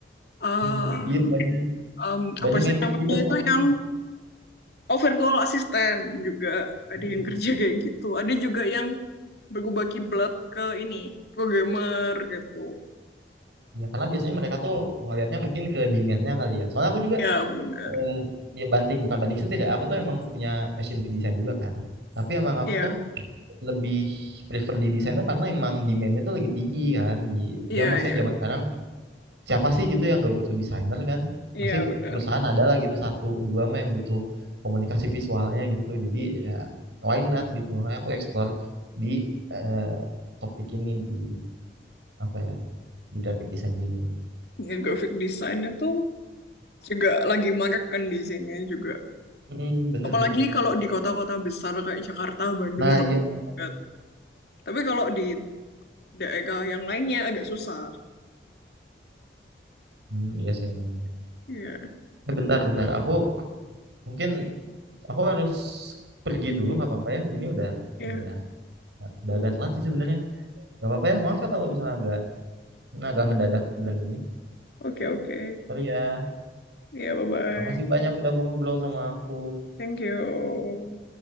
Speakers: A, on the left; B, on the right.
A: eh,
B: Hmm, iya banyak.
A: em,
B: banyak
A: apa sih
B: yang
A: namanya
B: gitu juga
A: itu
B: soalnya
A: yang overall assistant juga ada
B: Hmm.
A: yang kerja kayak gitu ada juga yang berbagi blood ke ini programmer gitu
B: ya karena biasanya mereka tuh ngelihatnya mungkin ke demand-nya kali ya soalnya aku juga
A: ya benar
B: eh, ya banting bukan banting setir ya aku tuh emang punya passion di desain juga kan tapi emang aku
A: ya
B: tuh lebih prefer di desain tuh karena emang demand-nya tuh lagi tinggi kan di
A: iya
B: ya maksudnya
A: iya
B: zaman sekarang siapa sih gitu yang nggak butuh desainer kan
A: iya
B: masih
A: benar
B: perusahaan ada lah gitu satu dua mah yang butuh komunikasi visualnya gitu jadi ya why not gitu makanya aku explore di eh, topik ini di apa ya di di graphic design gini.
A: ya graphic design itu juga lagi marak kan di sini juga
B: Mm, bener-bener.
A: apalagi kalau di kota-kota besar kayak Jakarta Bandung
B: Nah,
A: itu
B: iya makanya.
A: banget. tapi kalau di daerah yang lainnya agak susah
B: Hmm, iya sih emang.
A: iya
B: Eh, bentar, bentar. Aku mungkin aku harus pergi dulu, nggak apa-apa ya. Ini udah
A: iya
B: udah udah agak telat sih sebenarnya. Nggak apa-apa ya. Maaf ya kalau misalnya agak nah, agak ngedadak berhentinya.
A: oke oke
B: Sorry ya.
A: iya bye bye
B: Makasih banyak udah mau ngobrol sama aku.
A: thank you